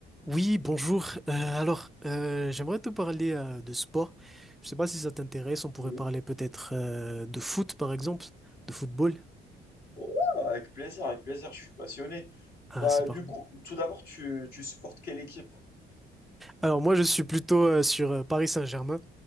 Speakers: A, in the centre; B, on the left (about 65°).
A: Oui, bonjour. Euh, alors, euh, j'aimerais te parler euh, de sport. Je sais pas si ça t'intéresse. On pourrait
B: Oui.
A: parler peut-être euh, de foot, par exemple, de football.
B: Oh, avec plaisir, avec plaisir, je suis passionné.
A: Ah,
B: Bah,
A: c'est parfait.
B: du coup, tout d'abord, tu, tu supportes quelle équipe?
A: Alors moi, je suis plutôt euh, sur euh, Paris Saint-Germain.